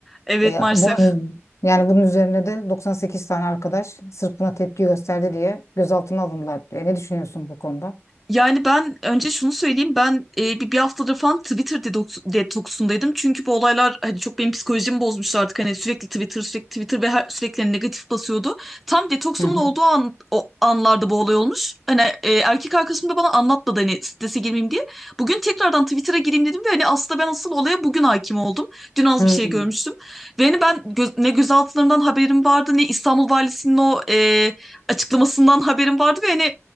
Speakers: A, in the centre; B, on the left (about 75°).
A: Evet
B: E,
A: maalesef.
B: bunun, yani bunun üzerine de 98 tane arkadaş sırf buna tepki gösterdi diye gözaltına alındılar. E, ne düşünüyorsun bu konuda?
A: Yani ben önce şunu söyleyeyim ben e, bir, bir haftadır falan Twitter dedoks- detoksundaydım. Çünkü bu olaylar hani çok benim psikolojimi bozmuştu artık. Hani sürekli Twitter sürekli Twitter ve her, sürekli negatif basıyordu. Tam detoksumun
B: Hı hı.
A: olduğu an, o anlarda bu olay olmuş. Hani e, erkek arkadaşım da bana anlatmadı hani strese girmeyeyim diye. Bugün tekrardan Twitter'a gireyim dedim ve hani aslında ben asıl olaya bugün hakim oldum. Dün az
B: Hmm.
A: bir şey görmüştüm. Ve hani ben göz, ne gözaltılarından haberim vardı ne İstanbul Valisi'nin o e, açıklamasından haberim vardı ve hani